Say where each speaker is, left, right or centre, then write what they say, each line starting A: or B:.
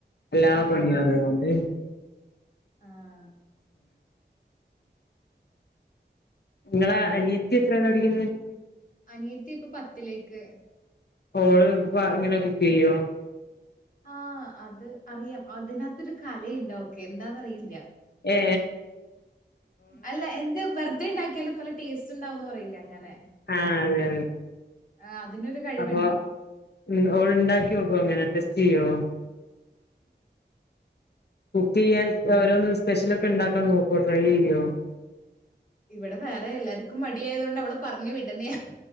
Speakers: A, on the left; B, on the left.
A: എല്ലാ
B: ആഹ്
A: പണിയും
B: ആഹ് മൻസ്
A: അറിയണം ഉം
B: ആഹ്.
A: നിങ്ങളെ അണിയത്തി എത്രാണ് പടിക്കുന്നത്
B: അനിയത്തി ഇപ്പ പത്തിലേക്ക്
A: പ്പാ ഓള് പ്പാ ഇങ്ങനെ കുക്ക് ചെയ്യോ
B: ആഹ് അത് അറിയാം അതിനകത്തൊരു കലയുണ്ട് ഓക്കെ എന്താന്ന് അറിയില്ല
A: ഏ
B: അല്ല എന്ത് വെറുതെ ഉണ്ടാക്കിയാലും നല്ല ടേസ്റ്റ് ഉണ്ടാവന്ന് പറയില്ലേ അങ്ങനെ
A: ആഹ്അതെ അതെ
B: ആഹ് അതിനൊരു കഴിവുണ്ട്.
A: അപ്പൊ ഉം ഓള്ണ്ടാക്കി നോക്കോ അങ്ങനെ ടെസ്റ്റ് ചെയ്യോ? കുക്ക് ചെയ്യാൻ ഓരോന്ന് സ്പെഷ്യലൊക്കെ ഉണ്ടാക്കാൻ നോക്കോ ട്രൈ ചെയ്യോ
B: ഇവടെ വേറെ എല്ലാർക്കും മടിയായതോണ്ട് അവളെ പർഞ്ഞു വിടന്നേ